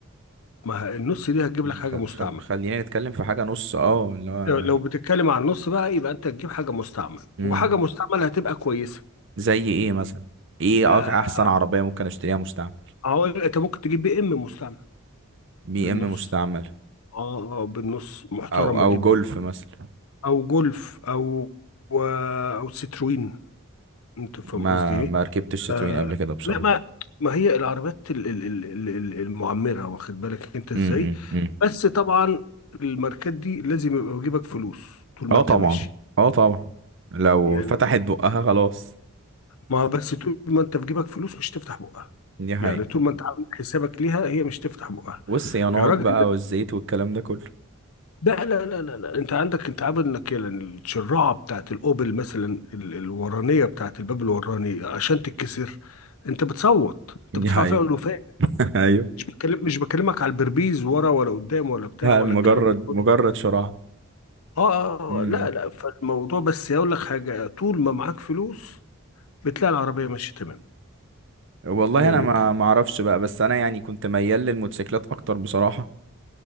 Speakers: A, on the left; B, on the right.
A: ما النص دي هتجيب
B: يعني
A: لك حاجه
B: خ...
A: مستعمل
B: خ... خلينا نتكلم في حاجة نص اه اللي هو
A: لو لو بتتكلم عن النص بقى يبقى انت تجيب حاجه مستعمل
B: مم.
A: وحاجه مستعمل هتبقى كويسه
B: زي ايه مثلا ايه
A: آه
B: أك- احسن عربية ممكن اشتريها مستعمل
A: هقول انت ممكن تجيب بي ام مستعمل
B: بي
A: بالنص
B: ام مستعمل
A: اه اه بالنص محترمة
B: او او
A: جدا
B: جولف مثلا
A: او جولف او آه، او ستروين انت فاهم
B: ما
A: قصدي ايه
B: ما ركبتش تتوين
A: آه
B: قبل كده بصراحة
A: لا ما ما هي العربيات ال- ال- ال- ال- ال- المعمرة واخد بالك انت ازاي
B: امم امم
A: بس طبعا الماركات دي لازم يبقى في جيبك فلوس طول ما
B: اه
A: انت
B: طبعا
A: ماشي
B: اه طبعا لو
A: يعني
B: فتحت بقها خلاص
A: ما بس طول ما انت في جيبك فلوس مش تفتح بقها
B: دي حقيقة
A: يعني طول ما انت عامل حسابك ليها هي مش تفتح بقها
B: والصيانات
A: يا راجل
B: بقى والزيت والكلام ده كله
A: لا لا لا لا لا انت عندك انت عامل انك يعني الشراعه بتاعت الاوبل مثلا ال- الورانيه بتاعت الباب الوراني عشان تتكسر انت بتصوت انت
B: دي
A: بتدفع
B: حقيقة
A: فيها الوفاء
B: <laughs> ايوه
A: مش بكلم مش بكلمك على البربيز ورا ولا قدام ولا بتاع
B: ده
A: ولا
B: مجرد
A: الكلام ده كله
B: مجرد شراع
A: اه اه
B: امم
A: آه، لا لا فالموضوع بس يقول لك حاجه طول ما معاك فلوس بتلاقي العربيه ماشيه تمام
B: والله
A: يعني
B: انا ما ما اعرفش بقى بس انا يعني كنت ميال للموتوسيكلات اكتر بصراحة